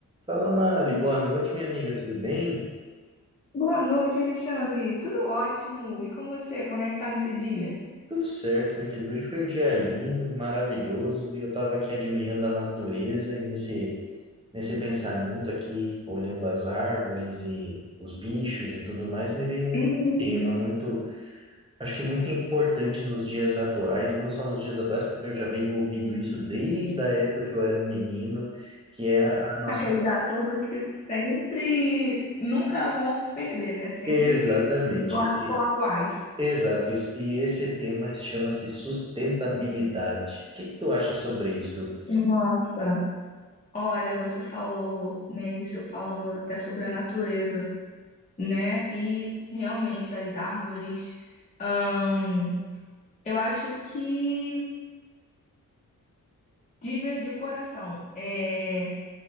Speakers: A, on the right (about 15°); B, on the left (about 20°).
A: Fala Mari, boa noite minha amiga, tudo bem?
B: Boa noite, Alexandre. Tudo ótimo. E com você? Como é que tá nesse dia?
A: Tudo certo, meu querido. Hoje foi um dia lindo, maravilhoso, e eu estava aqui admirando a natureza e nesse, nesse pensamento aqui, olhando as árvores e os bichos e tudo mais, me veio um
B: Uhum.
A: tema muito, acho que muito importante nos dias atuais, não só nos dias atuais, porque eu já venho ouvindo isso desde a época que eu era um menino, que é a a nossa...
B: Aqueles assuntos que Sempre, nunca vão se perder, né? Sempre
A: Exatamente.
B: fi- ficam a- são atuais.
A: Exato, isso- e esse tema chama-se sustentabilidade. O que que tu acha sobre isso?
B: Nossa. Olha, você falou, né, iniciou falando até sobre a natureza, né? E realmente as árvores, ahn, eu acho que de, ver- de coração, é,